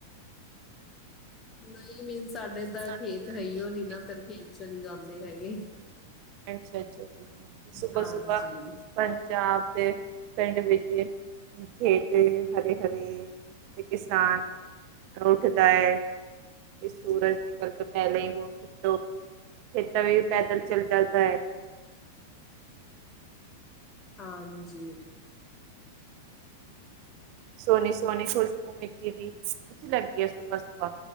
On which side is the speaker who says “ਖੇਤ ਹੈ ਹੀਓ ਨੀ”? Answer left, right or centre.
Left